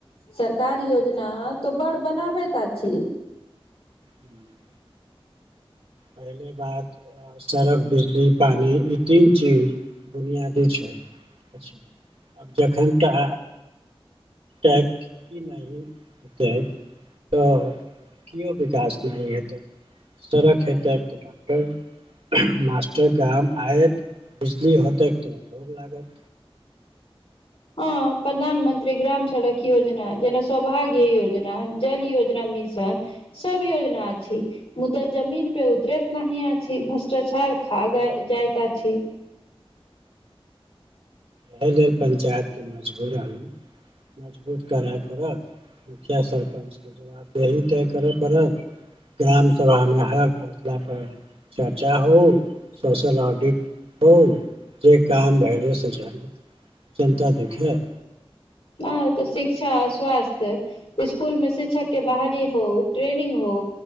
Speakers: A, on the left; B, on the right.
A: सरकार योजना त बड़ बनाबैत अछि।
B: हूँ <inaudible> पहले बात अ, सड़क, बिजली, पानी ई तीन चीज बुनियादी छै। आब जखन त ै की नहि ै <unintelligible> त केओ विकास नहि हेतै, सड़क हेतै। एकटा डाक्टर मास्टर गाम आयत बिजली हेतै त भोग लागत
A: हँ, प्रधानमंत्री ग्राम सड़क योजना जेना सौभाग्य योजना, जल योजना मिश छै, सब योजना अछि। मुदा जमीन पे उतरैत नहि अछि, भ्रष्टाचार खा जाइत अछि।
B: एहि लेल पंचायत के मजबूर आदमी। मजबूत करय पड़त, मुखिया सरपंचके जवाबदेही तय करय पड़त। ग्राम सभामे हर फैसला पर चर्चा हो, सोशल ऑडिट हो, जे काम भेलै जानु, जनता दुखी अछि।
A: हँ, त शिक्षा, स्वास्थ्य स्कूल मे शिक्षक के बहाली हो, ट्रेनिंग हो